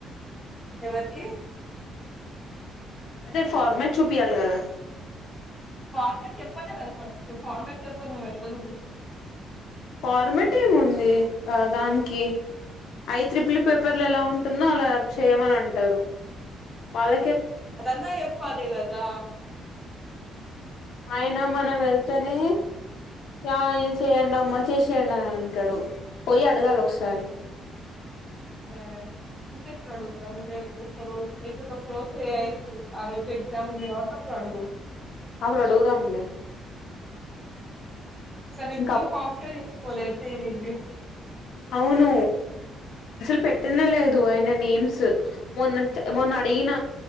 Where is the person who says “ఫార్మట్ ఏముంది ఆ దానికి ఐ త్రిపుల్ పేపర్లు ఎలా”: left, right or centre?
Left